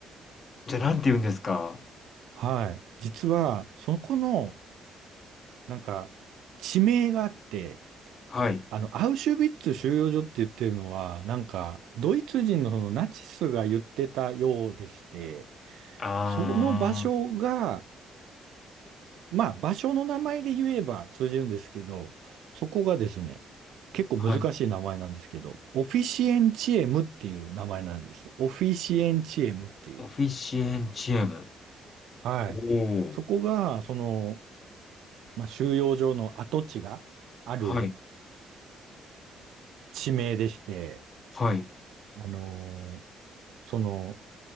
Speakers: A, on the left; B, on the right.
A: じゃあ、なんて言うんですか
B: はい。実は、そこのなんか、地名があって、
A: はい。
B: あの、アウシュビッツ収容所って言ってるのは、なんか、ドイツ人のそのナチスが言ってたようでして、
A: あ
B: その場所が、まあ、場所の名前で言えば通じるんですけど、そこがですね、結構難しい名前なんですけど、
A: ー、はい。
B: オフィシエンチエムっていう名前なんです。オフィシエンチエムっていう。
A: オフィシエンチエム。
B: はい。
A: おお。
B: そこが、その、まあ、収容所の跡地がある
A: はい。
B: 地名でして、
A: はい。
B: あのーその、